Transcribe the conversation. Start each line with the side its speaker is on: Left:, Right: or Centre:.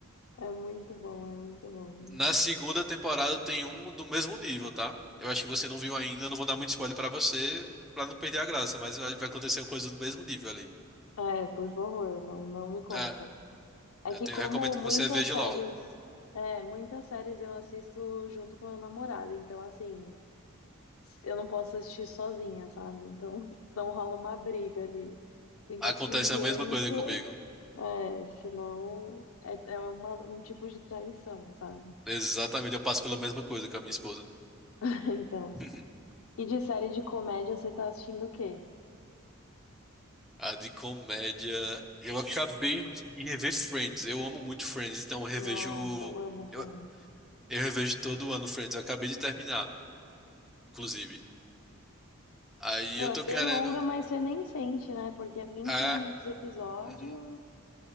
Left: é muito bom, é muito bom.
Centre: Na segunda temporada tem um do mesmo nível, tá? Eu acho que você não viu ainda, eu não vou dar muito spoiler pra você, pra não perder a graça, mas vai acontecer uma coisa do mesmo nível ali.
Left: É, por favor, não, não me conta.
Centre: É,
Left: É
Centre: eu
Left: que
Centre: tenho-
Left: como
Centre: recomendo que
Left: muitas
Centre: você veja
Left: séries,
Centre: logo.
Left: é, muitas séries eu assisto junto com meu namorado, então assim, eu não posso assistir sozinha, sabe? Então, <laughs> senão rola uma briga ali. Tem que
Centre: Acontece
Left: assistir junto,
Centre: a mesma coisa comigo.
Left: é, senão é, é uma- um tipo de traição, sabe?
Centre: Exatamente, eu passo pela mesma coisa com a minha esposa.
Left: <laughs> Então.
Centre: <laughs>
Left: E de série de comédia, você tá assistindo o quê?
Centre: A de comédia. Eu acabei de rever Friends. Eu amo muito Friends, então eu
Left: Nossa,
Centre: revejo.
Left: eu amo
Centre: Eu,
Left: Friends.
Centre: eu revejo todo ano Friends. Eu acabei de terminar, inclusive. Aí
Left: Meu,
Centre: eu tô
Left: é bem
Centre: querendo.
Left: longa, mas você nem sente, né? Porque é vinte
Centre: Ah,
Left: minutos o episódio,
Centre: uhum,